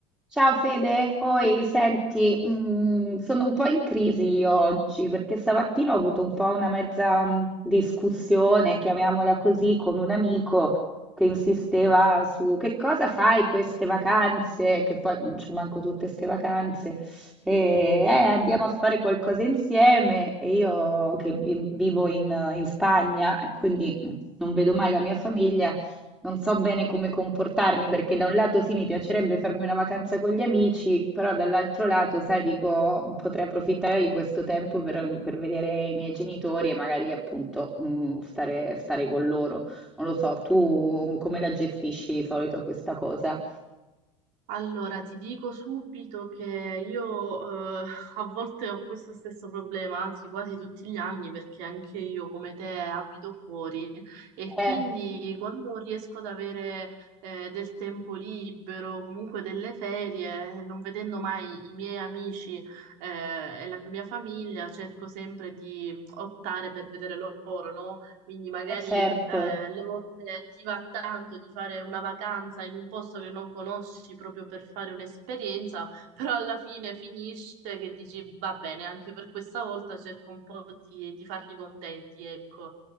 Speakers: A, in the centre; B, on the right.
A: Ciao Fede, oi, senti, mm, sono un po' in crisi io oggi perché stamattina ho avuto un po' una mezza mm, discussione, chiamiamola così, con un amico che insisteva su che cosa fai queste vacanze, che poi non c'è manco tutte queste vacanze, e "Eh, andiamo a fare qualcosa insieme e io che vi- vivo in, in Spagna e quindi mm, non vedo mai la mia famiglia. Non so bene come comportarmi perché da un lato sì, mi piacerebbe farmi una vacanza con gli amici, però dall'altro lato, sai, dico, potrei approfittare di questo tempo per, per vedere i miei genitori e magari appunto mm, stare, stare con loro. Non lo so, tu come la gestisci di solito questa cosa?
B: Allora, ti dico subito che io eh, <laughs> a volte ho questo stesso problema, anzi quasi tutti gli anni, perché anche io come te abito fuori e
A: Eh,
B: quindi quando riesco ad avere eh, del tempo libero, comunque delle ferie, eh, non vedendo mai i miei amici eh, e la mia famiglia, cerco sempre di optare per vedere loro, no? Quindi magari
A: eh, certo.
B: eh, alle volte ti va tanto di fare una vacanza in un posto che non conosci proprio per fare un'esperienza, <laughs> però alla fine finisce che dici va bene, anche per questa volta cerco un po' di, di farli contenti, ecco.